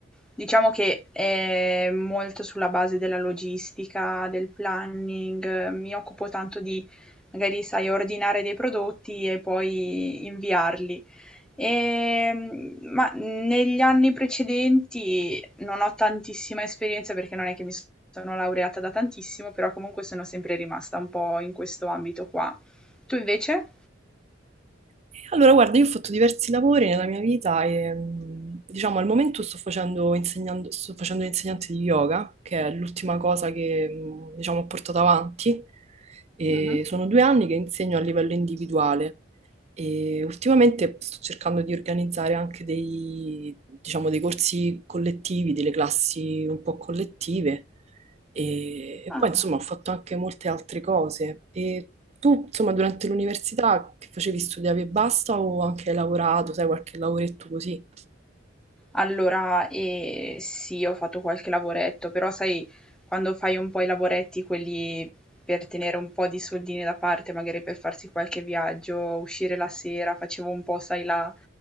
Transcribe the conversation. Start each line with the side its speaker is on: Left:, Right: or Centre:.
Centre: Diciamo che è molto sulla base della logistica, del planning, eh, mi occupo tanto di, magari, sai, ordinare dei prodotti e poi inviarli. Ehm, ma negli anni precedenti non ho tantissima esperienza perché non è che mi sono laureata da tantissimo, però comunque sono sempre rimasta un po' in questo ambito qua. Tu invece?
Right: E Allora, guarda, io ho fatto diversi lavori nella mia vita e, mm, diciamo, al momento sto facendo, insegnando, sto facendo l'insegnante di yoga, che è l'ultima cosa che, mm, diciamo, ho portato avanti. E
Centre: Mh-mh.
Right: sono due anni che insegno a livello individuale. E ultimamente sto cercando di organizzare anche dei, diciamo, dei corsi collettivi, delle classi un po' collettive. E, e
Centre: Ah.
Right: poi, insomma, ho fatto anche molte altre cose. E tu, insomma, durante l'università che facevi studiavi e basta o anche hai lavorato, sai, qualche lavoretto così?
Centre: Allora, ehm, sì, ho fatto qualche lavoretto, però sai quando fai un po' i lavoretti quelli per tenere un po' di soldini da parte, magari per farsi qualche viaggio, uscire la sera, facevo un po', sai, la